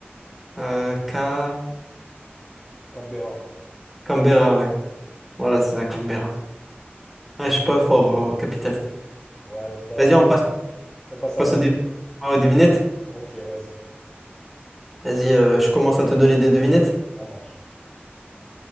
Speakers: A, in the centre; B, on the left.
A: Euh, Ca-
B: Canberra.
A: Canberra, ouais. Voilà, c'est ça, Canberra. Ah, je suis pas fort euh, capital.
B: Ouais, faudra.
A: Vas-y, on passe,
B: On passe
A: passe
B: à l'autre?
A: aux, dé- aux devinettes.
B: Ok, vas-y.
A: Vas-y, euh, je commence à te donner des devinettes.
B: Ça marche.